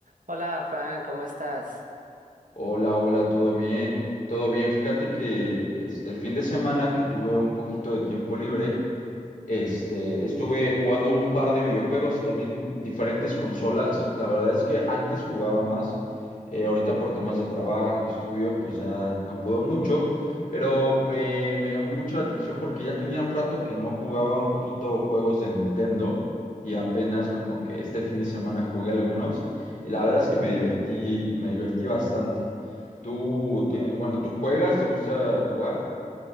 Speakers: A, on the right; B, on the left.
A: Hola Juan, ¿cómo estás?
B: Hola, hola, todo bien, todo bien. Fíjate que este, el fin de semana que tuve un poquito de tiempo libre, este, estuve jugando un par de videojuegos y también diferentes consolas. La verdad es que antes jugaba más. eh, ahorita por temas de trabajo, estudio, pues ya no puedo mucho. Pero me, me llamó mucho la atención porque ya tenía un rato que no jugaba un poquito juegos de Nintendo. Y apenas como que este fin de semana jugué algunos. Y la verdad es que me divertí, me divertí bastante. ¿Tú, tienes- bueno, tú juegas? ¿Te gusta jugar?